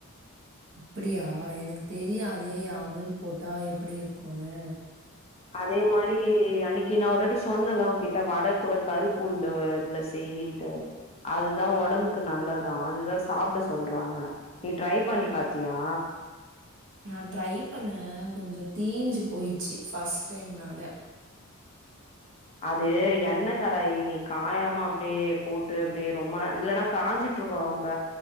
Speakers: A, on the right (about 60°); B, on the left (about 30°).
A: அப்டியா எனக்கு தெரியாதே அவ்ல் போட்டா எப்டி இருக்குனு
B: அதே மாரி அன்னைக்கி நா ஒருவாட்டி சொன்னல உ கிட் வடை கூட கருப்பு உளுந்து ல செய்யின்ட்டு அதுதா ஒடம்புக்கு நல்லதா அதுதா சாப்பிட சொல்றாங்க நீ ட்ரை பண்ணி பாத்தியா
A: நா ட்ரை பண்ணே கொஞ்சோ தீஞ்சு போயிடுச்சு ஃபர்ஸ்ட் டைம்னால
B: அது எண்ணெய கடாய நீ காயாம அப்டியே போட்டு அப்டியே ரொம்ப நா இல்லன்னா காயஞ்சி ட்டு இருக்கு ரொம்ப